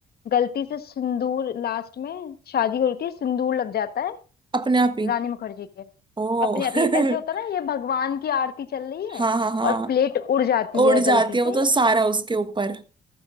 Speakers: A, on the left; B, on the right.
A: गलती से सिंदूर लास्ट में शादी होती है सिंदूर लग जाता है
B: अपने आप ही
A: रानी मुखर्जी के
B: ओ
A: अपने
B: <laughs>
A: आप ही ऐसे होता ना ये भगवान की आरती चल रही है
B: हाँ हाँ हाँ
A: और प्लेट उड़ जाती
B: उड़
A: है
B: जाती
A: गलती
B: है
A: से
B: वो तो सारा उसके ऊपर